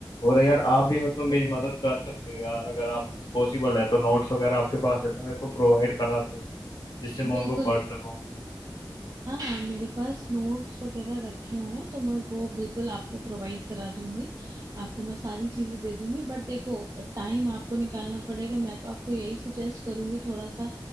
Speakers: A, on the left (about 55°); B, on the right (about 40°).
A: और यार आप भी मतलब मेरी मदद कर सकते हो यार अगर आप पॉसिबल है तो नोट्स वगैरह आपके पास है तो मेरे को प्रोवाइड करा दो जिससे मैं
B: बिल्कुल
A: उनको पढ़
B: बिल्कुल
A: सकूँ
B: हाँ मेरे पास नोट्स वगैरह रखे हुए हैं तो मैं वो बिल्कुल आपको प्रोवाइड करा दूंगी आपको मैं सारी चीजें दे दूंगी बट देखो टाइम आपको निकालना पड़ेगा मैं तो आपको यही सजेस्ट करूंगी थोड़ा सा